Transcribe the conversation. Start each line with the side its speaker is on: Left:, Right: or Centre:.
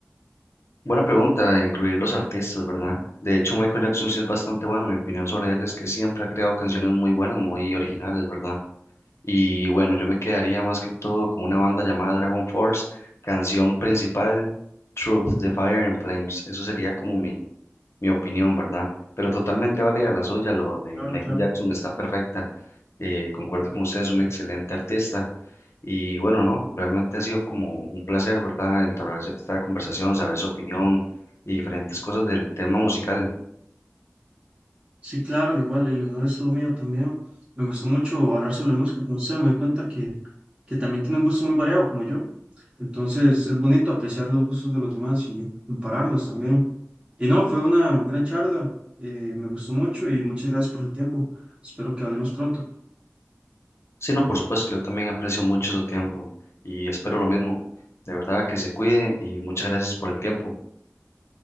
Left: Buena pregunta, incluir los artistas, ¿verdad? De hecho, Michael Jackson sí es bastante bueno. Mi opinión sobre él es que siempre ha creado canciones muy buenas, muy originales, ¿verdad? Y bueno, yo me quedaría más que todo con una banda llamada Dragon Force, canción principal, Truth, de Fire and Flames. Eso sería como mi, mi opinión, ¿verdad? Pero totalmente válida la suya, lo de
Right: Claro,
Left: Michael
Right: claro.
Left: Jackson está perfecta. Eh, concuerdo con usted, es un excelente artista. Y bueno, no, realmente ha sido como un placer, ¿verdad?, entablar esta conversación, saber su opinión y diferentes cosas del tema musical.
Right: Sí, claro, igual, el honor es todo mío también. Me gustó mucho hablar sobre música con usted. Me doy cuenta que, que también tiene un gusto muy variado, como yo. Entonces, es bonito apreciar los gustos de los demás y compararlos también. Y no, fue una gran charla, eh, me gustó mucho y muchas gracias por su tiempo. Espero que hablemos pronto.
Left: Sí, no, por supuesto, yo también aprecio mucho su tiempo y espero lo mismo. De verdad que se cuide y muchas gracias por el tiempo.